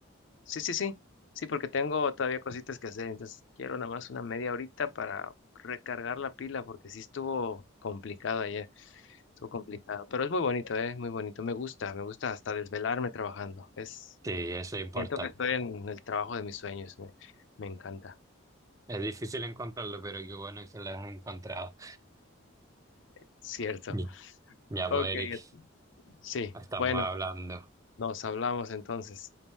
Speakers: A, on the left; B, on the right.
A: Sí, sí, sí. Sí, porque tengo todavía cositas que hacer, entonces quiero nada más una media horita para recargar la pila, porque sí estuvo complicado ayer, estuvo complicado, pero es muy bonito, ¿eh? Muy bonito, me gusta, me gusta hasta desvelarme trabajando, es,
B: Sí, eso es importante.
A: siento que estoy en el trabajo de mis sueños, me, me encanta,
B: Es difícil encontrarlo, pero qué bueno que lo has encontrado.
A: cierto.
B: <laughs> Ya,
A: Ok,
B: pues, Eric,
A: sí,
B: estamos
A: bueno.
B: hablando.
A: Nos hablamos entonces.